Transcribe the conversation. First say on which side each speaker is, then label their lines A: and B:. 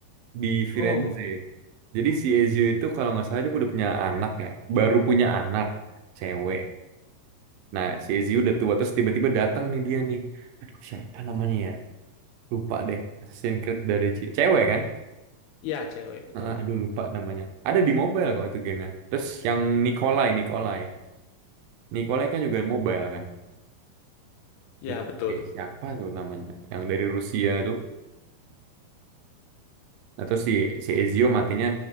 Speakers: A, on the right; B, on the left.
A: di Firenze.
B: Oh,
A: Jadi si Ezio itu kalau nggak salah dia udah punya anak ya, baru punya anak cewek. Nah, si Ezio udah tua terus tiba-tiba datang nih dia nih. Aduh, siapa namanya ya? Lupa deh. Assassin's Creed dari ce- cewek kan?
B: ya cewek betul.
A: Heeh, aduh lupa namanya. Ada di mobile kok itu gamenya. Terus yang Nikolai, Nikolai. Nikolai kan juga mobile kan?
B: Ya
A: Nikolai
B: betul.
A: siapa tuh namanya? Yang dari Rusia tuh. Nah, terus si, si Ezio matinya